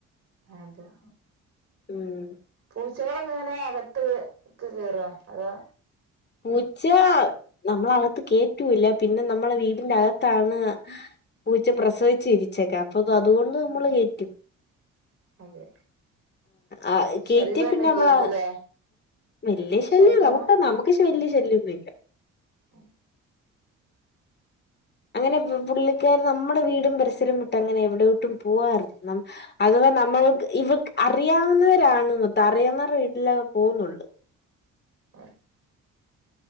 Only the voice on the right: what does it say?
അതും
പൂ ചകളൊക്ക എങ്ങനെയാ അകത്ത് ക്ക് കേറ അതാ
അതെ
ശല്യൊന്നും
ഇല്ലേക്കുല്ലേ
ശല്യങ്ങൾ
ഉം
ആ